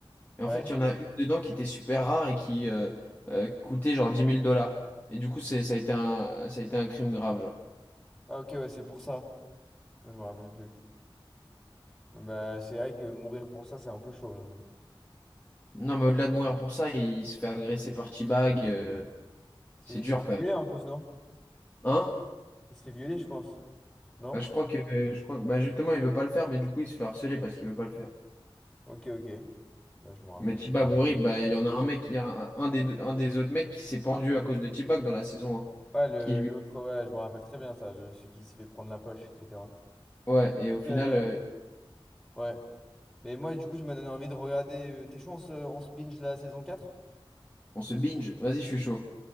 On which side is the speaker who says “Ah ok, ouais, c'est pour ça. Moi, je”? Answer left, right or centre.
Centre